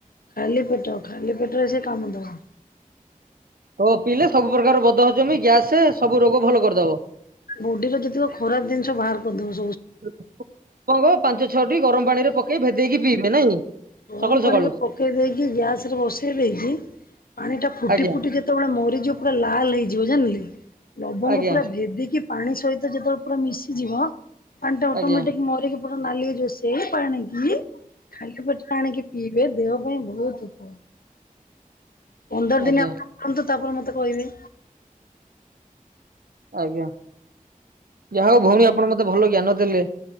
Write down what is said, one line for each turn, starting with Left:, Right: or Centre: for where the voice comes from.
Left: ଖାଲି ପେଟ ଖାଲି ପେଟରେ ସେ କାମ ଦବ।
Right: ହ ପିଇଲେ ସବୁ ପ୍ରକାର ବଦ ହଜମି ଗ୍ୟାସ ସବୁ ରୋଗ ଭଲ କରିଦବ।
Left: ବୋଡିର ଯେତିକ ଖରାପ ଜିନିଷ ବାହାର କରିଦଉ
Right: ଲବଙ୍ଗ ପାଞ୍ଚ ଛଅଟି ଗରମ ପାଣି ରେ ପକେଇ ଭେଦେଇକି ପିଇବେ ନାଇଁ।
Left: ଗରମ
Right: ସକାଳୁ
Left: ପାଣିରେ
Right: ସକାଳୁ
Left: ପକେଇ ଦେଇକି ଗ୍ୟାସ ରେ ବସେଇ ଦେଇକି ପାଣି ଟା ଫୁଟି
Right: ଆଜ୍ଞା
Left: ଫୁଟି ଯେତେବେଳେ ମରିଯିବ ପୁରା ଲାଲ ହେଇଯିବ ଜାଣିଲେ। ଲବଙ୍ଗ
Right: ଆଜ୍ଞା
Left: ପୁରା ଭେଦିକି ପାଣି ସହିତ ଯେତେବେଳେ ପୁରା ମିଶିଯିବ, ପାଣି ଟା ଅଟୋମେଟିକ
Right: ଆଜ୍ଞା
Left: ମରି ନାଲି ହେଇଯିବ ସେଇ ପାଣିକି ଖାଲି ପେ ଛାଣିକି ପିଇବେ ଦେହ ପାଇଁ ବହୁତ ଉପକାର। ପନ୍ଦର
Right: ଆଜ୍ଞା
Left: ଦିନ ଆପଣ କରନ୍ତୁ ତାପରେ ମତେ କହିବେ।
Right: ଆଜ୍ଞା। ଯାହା ହଉ ଭଉଣୀ ଆପଣ ମତେ ଭଲ ଜ୍ଞାନ ଦେଲେ।